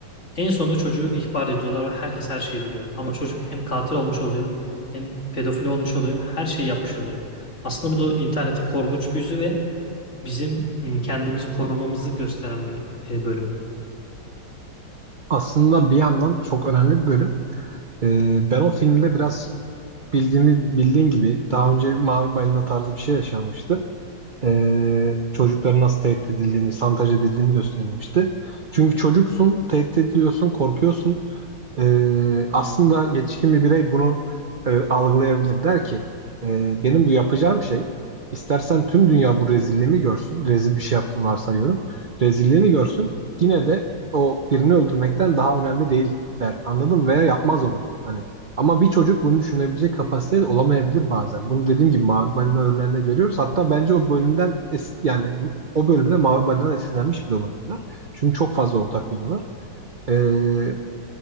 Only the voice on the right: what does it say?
Aslında bir yandan çok önemli bir bölüm. E, ben o filmde biraz bildiğini, bildiğin gibi daha önce Mavi Balina tarzı bir şey yaşanmıştı. e, çocukların nasıl tehdit edildiğini, şantaj edildiğini gösterilmişti. Çünkü çocuksun, tehdit ediliyorsun, korkuyorsun. Ee, aslında yetişkin bir birey bunu e, algılayabilir. Der ki "E, benim bu yapacağım şey istersen tüm dünya bu rezilliğimi görsün. Rezil bir şey yaptığını varsayıyorum. Rezilliğini görsün. Yine de o birini öldürmekten daha önemli değil der. Anladın mı? Veya yapmaz onu. Hani ama bir çocuk bunu düşünebilecek kapasitede olamayabilir bazen. Bunu dediğim gibi Mavi Balina örneğinde görüyoruz. Hatta bence o bölümden es- yani o bölümde Mavi Balina'dan esinlenmiş bile olabilirler. Çünkü çok fazla ortak yönü var. Ee,